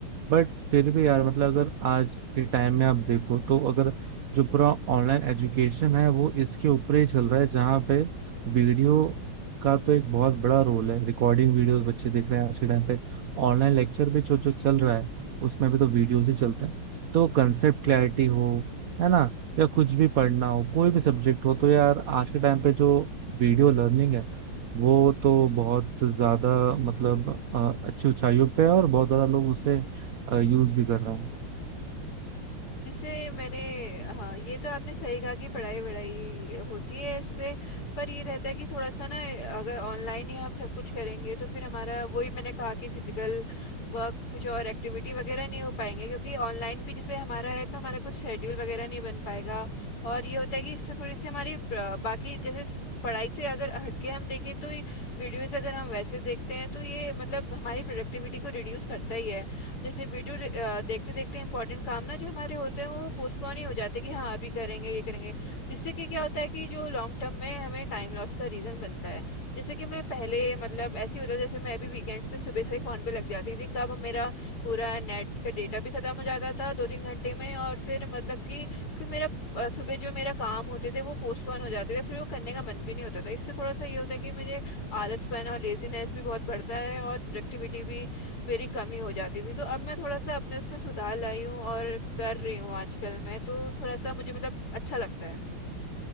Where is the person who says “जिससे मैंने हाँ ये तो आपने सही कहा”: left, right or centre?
Left